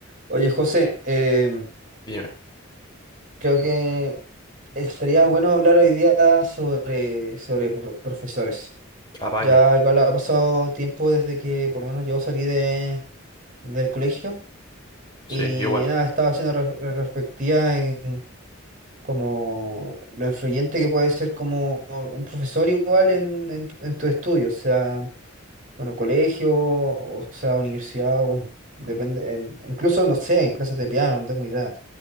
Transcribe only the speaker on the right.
Oye, José, em,
creo que estaría bueno hablar hoy día sobre, sobre pro- profesores.
Ya igual ha pasado tiempo desde que por lo menos yo salí de, del colegio
y
nada, estaba haciendo re- retrospectiva en como lo influyente que puede ser como un profesor igual en, en, en tu estudio. O sea, bueno, colegio, o sea, universidad, bueno, depende, en- incluso, no sé, en clases de piano, no tengo idea.